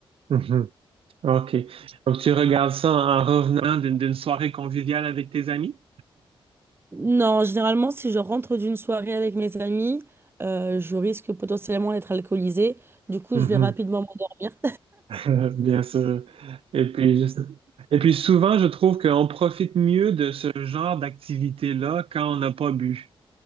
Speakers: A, on the right (about 70°); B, on the right (about 25°).
A: mhm. OK. Donc, tu regardes ça en revenant d'une d'une soirée conviviale avec tes amis?
B: Non, généralement, si je rentre d'une soirée avec mes amis, euh, je risque potentiellement d'être alcoolisée. Du coup,
A: Mhm.
B: je vais rapidement m'endormir.
A: <laughs> Bien sûr. Et puis, je- Et puis souvent, je trouve qu'on profite mieux de ce genre d'activité-là quand on n'a pas bu.